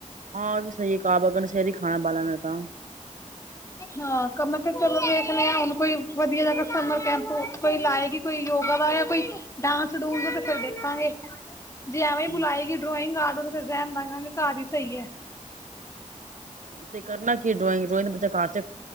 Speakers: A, on the right; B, on the left.
A: ਹਾਂ ਉਹ ਵੀ ਸਹੀ ਹੈ ਕ ਬ ਅਗਰ ਸ਼ਹਿਰੀ ਖਾਣਾ ਬਾਲਾਂਣਾ ਤਾਂ
B: ਹਾਂ ਕ ਮੈਂ ਤੇ ਚਲੋ ਦੇਖ ਲ ਹ ਹੁਣ ਕੋਈ ਵਧੀਆ ਜਗ ਸਮਰ ਕੈਂਪ ਕੋਈ ਲਾਏਗੀ ਕੋਈ ਯੋਗਾ ਦਾ ਜਾਂ ਕੋਈ ਡਾਂਸ ਡੂਸ ਤੇ ਫਿਰ ਦੇਖਾਂਗੇ ਜੀ ਹਵੇਂ
A: ਹਮ
B: ਬੁਲਾਏਗੀ ਡੋਇੰਗ ਆਰਟਰ ਫੇਰ ਰਹਿਣ ਦਗਾਾਂਗੇ ਘਰ ਹੀ ਸਹੀ ਹੈ
A: ਤੇ ਕਰਨਾ ਕੀ ਡਰਾਇਗ ਰੋ ਬੱਚਾ ਘਰ ਚ